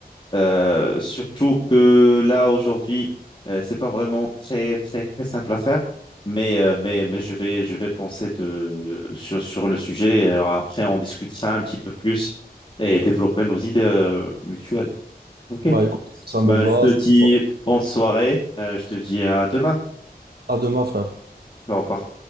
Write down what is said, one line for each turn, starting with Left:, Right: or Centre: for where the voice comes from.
Left: Euh, surtout que là, aujourd'hui, euh, c'est pas vraiment très, très, très simple à faire. Mais, euh, mais, mais je vais, je vais penser de, sur, sur le sujet. Et après, on discutera un petit peu plus et développer nos idées euh, mutuelles. OK.
Right: Bah, écoute, ça me
Left: Ben,
Right: va.
Left: je te
Right: ça
Left: dis
Right: me va.
Left: bonne soirée. Euh, je te dis à demain.
Right: À demain, frère.
Left: Au revoir.